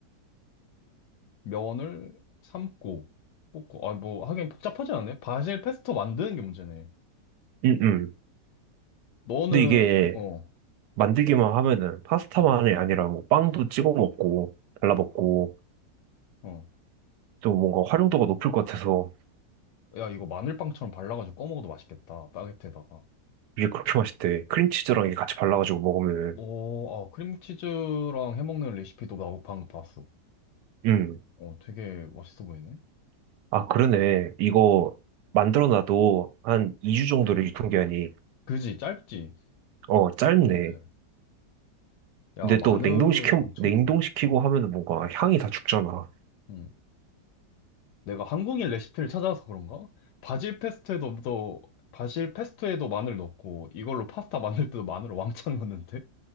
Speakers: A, on the left (about 75°); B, on the right (about 75°).
A: 면을 삶고 볶고. 아, 뭐 하긴 복잡하지 않네. 바질 페스토 만드는 게 문제네.
B: 음, 음.
A: 너는
B: 근데 이게
A: 어,
B: 만들기만 하면은 파스타만이
A: 음,
B: 아니라 뭐 빵도 찍어 먹고, 발라 먹고,
A: 어,
B: 또 뭔가 활용도가 높을 것 같아서
A: 야 이거 마늘빵처럼 발라가지고 꺼먹어도 맛있겠다. 바게트에다가.
B: 이게 그렇게 맛있대. 크림치즈랑 이게 같이 발라가지고 먹으면은,
A: 오, 아 크림치즈랑 해먹는 레시피도 나도 방금 봤어.
B: 음.
A: 어, 되게 맛있어 보이네.
B: 아, 그러네. 이거 만들어 놔도 한 2주 정도를 유통기한이,
A: 그지, 짧지.
B: 어, 짧네.
A: 그래. 야,
B: 근데
A: 마늘은
B: 또 냉동시켜,
A: 엄청
B: 냉동시키고
A: 넣네.
B: 하면은 뭔가 향이 다 죽잖아.
A: 음. 내가 한국인 레시피를 찾아서 그런가? 바질 페스토에도, 또, 바질 페스토에도 마늘 넣고, 이걸로 파스타 만들 때도 마늘을 왕창 넣는데?